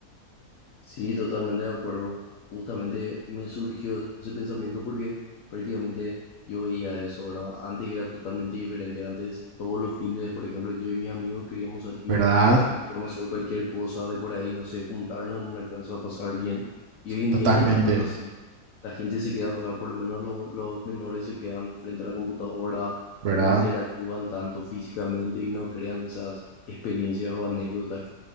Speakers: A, on the left (about 65°); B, on the right (about 75°).
A: Sí, totalmente de acuerdo. Justamente me surgió ese pensamiento porque prácticamente yo veía eso, ¿verdad? Antes era totalmente diferente. Antes, todos los fines, por ejemplo, yo y mis amigos queríamos salir,
B: ¿verdad?
A: queríamos hacer cualquier cosa de por ahí, no sé, juntarnos en una casa, pasar bien. Y hoy en
B: Totalmente,
A: día ya no es tanto así. La gente se queda, o sea, por lo menos lo- los menores se quedan frente a la computadora,
B: ¿verdad?
A: no interactúan tanto físicamente y no crean esas experiencias o anécdotas